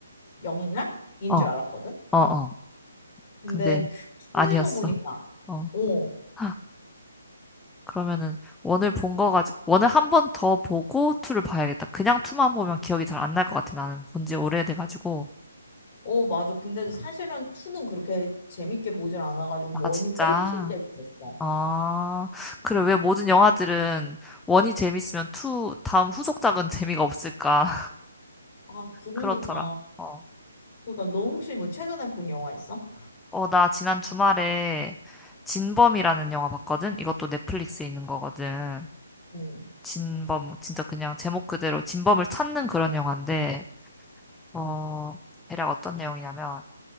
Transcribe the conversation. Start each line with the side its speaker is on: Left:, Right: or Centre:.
Left: 영락인
Centre: 어,
Left: 줄
Centre: 어,
Left: 알았거든.
Centre: 어.
Left: 근데
Centre: 근데
Left: 투에서
Centre: 아니었어.
Left: 보니까
Centre: 어.
Left: 어,
Centre: <laughs> 하, 그러면은 원을 본 거 가지고 원을 한 번 더 보고 투를 봐야겠다. 그냥 투만 보면 기억이 잘 안 날 것 같아. 나는 본지 오래돼 가지고.
Left: 어 맞아. 근데 사실은 투는 그렇게 재밌게 보질 않아가지고 원이
Centre: 아, 진짜.
Left: 훨씬 재밌었어.
Centre: 아, 그래. 왜 모든 영화들은 원이 재밌으면 투, 다음 후속작은 재미가 없을까? <laughs>
Left: 아 그러니까
Centre: 그렇더라. 어.
Left: 그러니까 너 혹시 뭐 최근에 본 영화 있어?
Centre: 어, 나 지난 주말에 진범이라는 영화 봤거든? 이것도 넷플릭스에 있는 거거든.
Left: 어.
Centre: 진범, 진짜 그냥 제목 그대로 진범을 찾는 그런 영화인데, 어, 대략 어떤 내용이냐면,